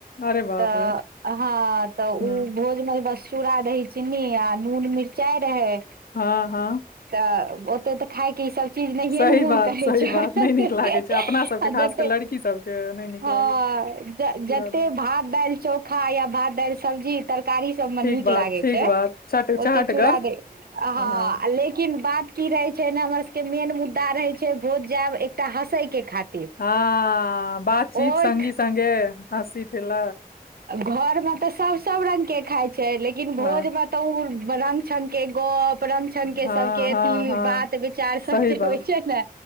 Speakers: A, on the left; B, on the right.
A: अरे बाप
B: तऽ
A: रे
B: हँ तऽ ओ
A: ह
B: भोज मे बस चूरा दही चिन्नी आ नून मिरचाइ रहै
A: हँ हँ
B: तऽ ओते तऽ खायके ई सब चीज नहि
A: सही
B: ने मोन
A: बात
B: करै
A: सही
B: छै
A: बात
B: आ
A: नहि नीक लागै छै अपना सबके खास
B: जते
A: कऽ लड़की सबके नहि नीक
B: ह
A: लागै छै पूरा
B: जते
A: दिन
B: भात दालि चोखा या भात दालि सब्जी तरकारी तिमन
A: ठीक
B: निक
A: बात
B: लगे
A: ठीक
B: छै
A: बात चट चहटगर
B: अते चुरा दाहि आ
A: हँ
B: हैं लेकिन बात की रहे छै ने हमर सबके मेन मुद्दा रहे छै भोज जैब एकटा हँसे के खातिर
A: हँ बातचीत
B: ओहि
A: सगी सगे हँसी ठेल्ल
B: घर मे तऽ सब सब रंग के खाइ छै लेकिन भोज
A: हँ
B: मे तउ रंग चंग के गप रंग छंग छ् के
A: हँ
B: सब अथी
A: हँ हँ
B: बात विचार सब
A: सही
B: जे
A: बात
B: होइ छै ने